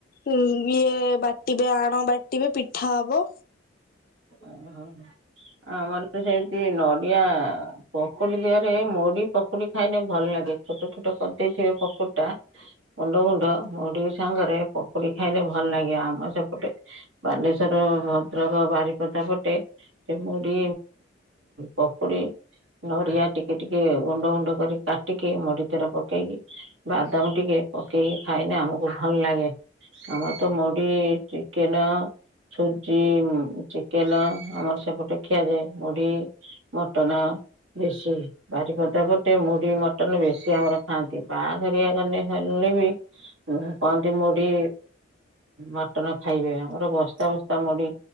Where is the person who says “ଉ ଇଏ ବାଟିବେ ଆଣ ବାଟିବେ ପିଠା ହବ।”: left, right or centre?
Left